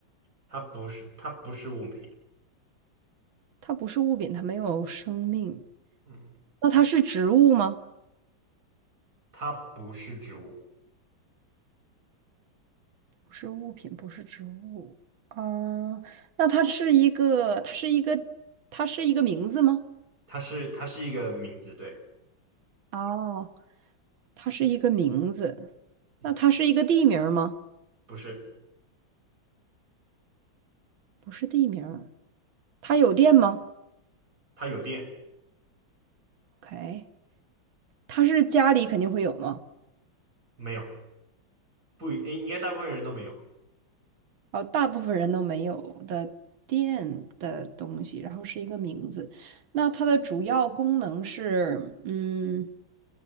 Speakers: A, on the right (about 50°); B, on the right (about 85°).
A: 它不是它不是物品，
B: 它不是物品，它没有生命。
A: 嗯，
B: 那它是植物吗？
A: 它不是植物，
B: 不是物品，不是植物。啊、那它是一个，它是一个，它是一个名字吗？
A: 它是它是一个名字，对，
B: 哦，它是一个名字。
A: 嗯，
B: 那它是一个地名儿吗？
A: 不是，
B: 不是地名儿。它有电吗
A: 它有电
B: ？OK，它是家里肯定会有吗？
A: 没有？不，应应该大部分人都没有，
B: 哦，大部分人都没有的电的东西，然后是一个名字。那它的主要功能是，嗯，